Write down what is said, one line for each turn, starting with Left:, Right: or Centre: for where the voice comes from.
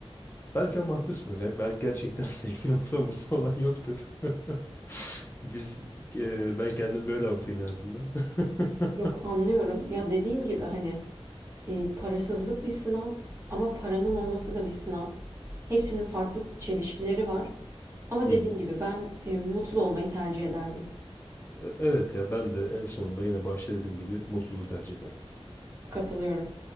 Left: Belki ama haklısındır ya. Belki gerçekten <laughs> zengin olsa mutlu olan yoktur. <laughs> Biz e, ben kendim böyle avutayım en azından. <laughs>
Right: Yok anlıyorum. Ya dediğim gibi hani Eee, parasızlık bir sınav ama paranın olması da bir sınav. Hepsinin farklı çelişkileri var ama
Left: Hı
Right: dediğim
Left: hı.
Right: gibi ben, eee, mutlu olmayı tercih ederdim.
Left: E, Evet ya ben de en sonunda yine başta dediğim gibi mutluluğu tercih ederim.
Right: Katılıyorum.